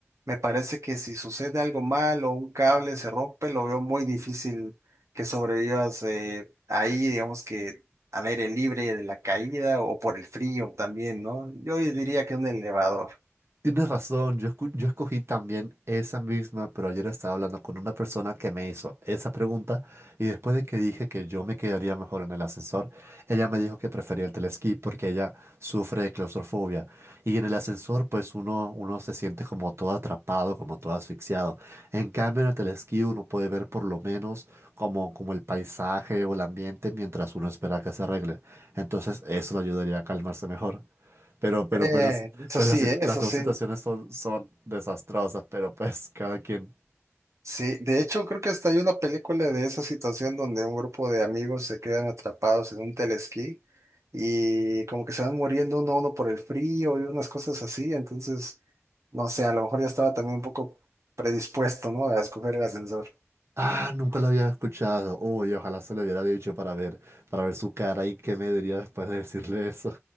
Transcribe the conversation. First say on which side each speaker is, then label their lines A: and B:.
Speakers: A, on the right; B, on the right.
A: me parece que si sucede algo mal o un cable se rompe, lo veo muy difícil que sobrevivas eh, ahí, digamos que al aire libre de la caída o por el frío también, ¿no? Yo diría que un elevador.
B: Tienes razón, yo, escu- yo escogí también esa misma, pero ayer estaba hablando con una persona que me hizo esa pregunta y después de que dije que yo me quedaría mejor en el ascensor, ella me dijo que prefería el telesquí porque ella sufre de claustrofobia y en el ascensor pues uno, uno se siente como todo atrapado, como todo asfixiado. En cambio en el telesquí uno puede ver por lo menos como, como el paisaje o el ambiente mientras uno espera que se arregle. Entonces eso le ayudaría a calmarse mejor. Pero, pero
A: Eh,
B: pues las,
A: eso
B: pues
A: sí,
B: las, situ-
A: eh,
B: las
A: eso
B: dos
A: sí.
B: situaciones son, son desastrosas, pero pues cada quien.
A: Sí, de hecho creo que hasta hay una película de esa situación donde un grupo de amigos se quedan atrapados en un telesquí y como que se van muriendo uno a uno por el frío y unas cosas así, entonces, no sé, a lo mejor ya estaba también un poco predispuesto, ¿no? A escoger el ascensor. <laughs>
B: Ah, nunca lo había escuchado. Uy, ojalá se lo hubiera dicho para ver, para ver su cara y qué me diría después de decirle eso.